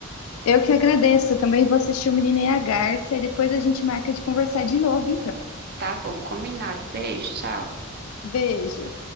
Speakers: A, on the left; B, on the right.
A: Eu que agradeço. Também vou assistir o Menino e a Garça e depois a gente marca de conversar de novo, então.
B: Tá bom, combinado. Beijo, tchau.
A: Beijo.